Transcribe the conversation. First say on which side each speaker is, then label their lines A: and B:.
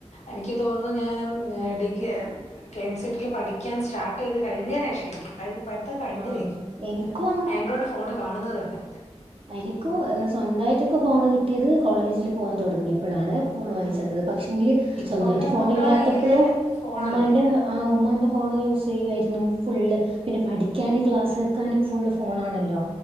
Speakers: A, on the left (about 75°); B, on the right (about 50°).
A: എനിക്ക് തോന്നുന്നു ഞാമ് ഞാ degree K M C T ൽ പഠിക്കാൻ സ്റ്റാർട്ട് ചെയ്ത് കഴിഞ്ഞര രിക്കും കഴി പട്ത്ത കഴിഞ്ഞരിക്കും,
B: ആഹ് എനിക്കും
A: ആൻഡ്രോയിഡ് ഫോണ് കാണുന്നത് തന്നെ.
B: എനിക്കു എന്ന സ്വന്തമായിട്ടൊക്കെ ഫോണ് കിട്ടിയത് കോളേജിൽ പോകാൻ തുടങ്ങിയപ്പളാണ്. ഫോണ് വാങ്ങിച്ചന്നത്.
A: ആഹ്
B: പക്ഷെങ്കില്
A: ഇപ്പൊക്കെ
B: സ്വന്തമായിട്ട് ഫോൺ
A: മക്കളെ
B: ഇല്ലാത്തപ്പോഴും
A: കയ്യില് ഫോണല്ലേ.
B: ഉമ്മാന്റ, ആ ഉമ്മാന്റെ ഫോണ് യൂസ് ചെയ്യായിരുന്നു ഫുള്ള്. പിന്നെ പഠി ക്ലാസ് വെക്കാനും ഫുള്ള് ഫോണ് ആണല്ലോ.